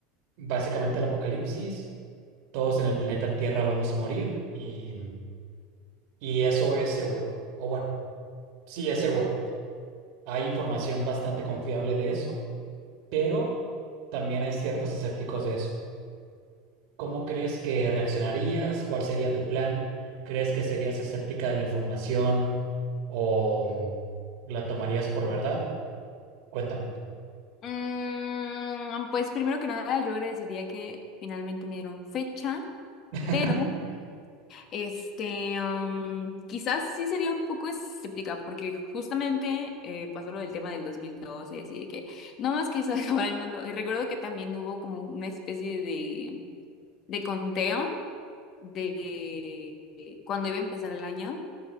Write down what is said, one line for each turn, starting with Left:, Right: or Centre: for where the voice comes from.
Right: básicamente el apocalipsis. Todos en el planeta Tierra vamos a morir y, y eso es seguro. O bueno, sí es seguro. Hay información bastante confiable de eso, pero también hay ciertos escépticos de eso. ¿Cómo crees que reaccionarías? ¿Cuál sería tu plan? ¿Crees que serías escéptica de la información o mm, la tomarías por verdad? Cuéntame.
Left: Mm, pues primero que nada, yo agradecería que finalmente me dieron fecha,
Right: <laughs>
Left: pero este, am, quizás sí sería un poco escéptica, porque justamente eh, pasó lo del tema del 2012 y así de que no más quiso <laughs> acabar el mundo. Y recuerdo que también hubo como una especie de, de conteo de de cuando iba a empezar el año.